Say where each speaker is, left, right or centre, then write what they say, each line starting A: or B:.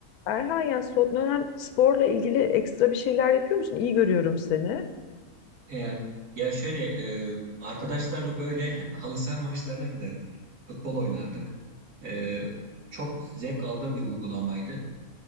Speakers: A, on the left (about 85°); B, on the right (about 80°).
A: Erhan ya son dönem sporla ilgili ekstra bir şeyler yapıyor musun? İyi görüyorum seni.
B: Evet. Ya şöyle e, arkadaşlarla böyle <laughs> halı saha maçlarına giderdik. Futbol oynardık. E, çok zevk aldığım bir uygulamaydı.